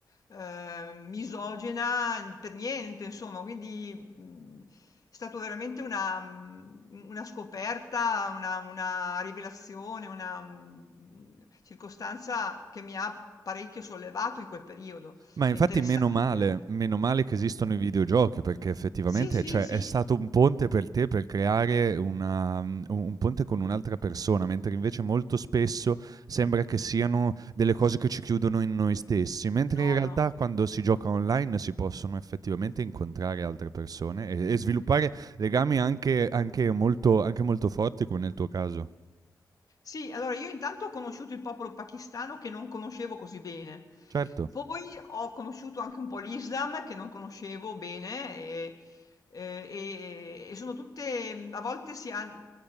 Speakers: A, on the left; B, on the right.
A: ehm, misogina, n per niente, insomma. Quindi, mhmm, è stato veramente una mhmm, una scoperta, una una rivelazione, una, mhmm, circostanza che mi ha parecchio sollevato in quel periodo.
B: Ma infatti
A: È interessante
B: meno male,
A: anche.
B: meno male che
A: Mh.
B: esistono i videogiochi perché effettivamente,
A: Sì, sì,
B: cioè,
A: sì.
B: è stato un ponte per te per creare una mhmm, u un ponte con un'altra persona, mentre invece molto spesso sembra che siano delle cose che ci chiudono in noi stessi, mentre
A: nono
B: in realtà quando si gioca online si possono effettivamente incontrare altre persone e e sviluppare legami anche anche molto anche molto forti come nel tuo caso.
A: Sì, allora io intanto ho conosciuto il popolo pakistano che non conoscevo così bene,
B: Certo.
A: poi ho conosciuto anche un po' l'Islam che non conoscevo bene e, eh, e- e sono tutte, a volte si hanno,